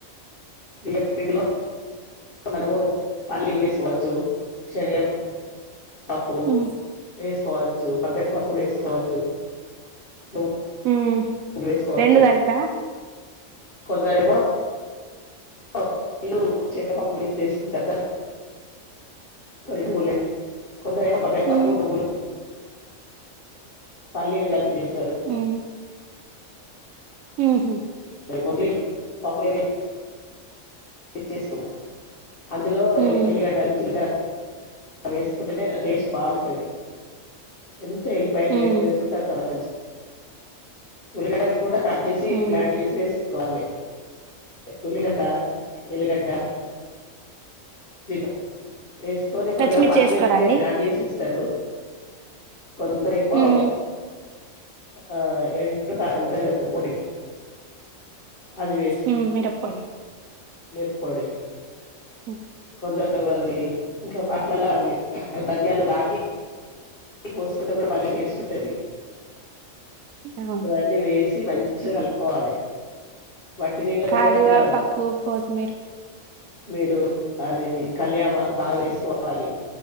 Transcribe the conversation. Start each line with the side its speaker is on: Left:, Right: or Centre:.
Left: బియ్య పిండిలో మనము పల్లీలు వేసుకోవచ్చు శనగ పపు
Right: ఉమ్
Left: ఫేస్కోచ్ సోంపప్పిడి పప్పు వేసుకోవచ్చు నువ్వు
Right: ఉమ్
Left: పూలు వేసుకోవచ్చు
Right: రెండు కలిపా
Left: కొందరేమో పప్పలో శనగప్పు వేస్ చేసుకుంటారు దానికి ఆ రెండు ఊర్లే కొందరు ఏమో బబేరుపప్పు
Right: ఉమ్
Left: నువ్వులు పల్లీలు కలిపి చేస్
Right: హ్మ్ హ్మ్ హు
Left: ఓన్లీ పాప్పులే ఎ చేసుకుం అందులో
Right: ఉమ్
Left: ఎలి ఎల్లిగడ్డలు జిలకర అవేసుకుంటేనే టేస్ట్ బాగుంటది ఎంత వెల్లిపాయ
Right: ఉమ్
Left: లెక్కువేసుకుంటే అంత బా ఉల్లిగడ్డ కూడా కట్ చేసి
Right: ఉమ్
Left: గ్రైండ్ చేసి వేస్ కోలే ఉల్లిగడ్డ ఎల్లిగడ్డ చిల్ వేసుకొని కొద్దిగా
Right: పచ్చిమిర్చి
Left: పచ్చిమిరపకాయలు
Right: వేసుకోరా అండి
Left: గ్రాండ్ చేసి టరు కొం దరేమో
Right: హ్మ్.
Left: ఆ ఎండు కారముంటది గదా పొడి అదివే
Right: ప్చ్ మ్మ్ మిరప్పొడి
Left: మీర్పొడి
Right: మ్మ్
Left: కొందరు అది ఇంకా వాట్లలో అది ధన్యాలు రాకి ఇది పోసుకుంటే కూడా భలే టేస్ట్ ఉంటాది
Right: అవును.
Left: ఇవన్నీ వేస్ మంచిగా కలుపుకోవాలి వట్టి నీళ్ళతోటైనా
Right: కర్వేపాకు కొత్ మీర్
Left: మీరు అది కల్యాణక్ బాగా వేసుకోవాలి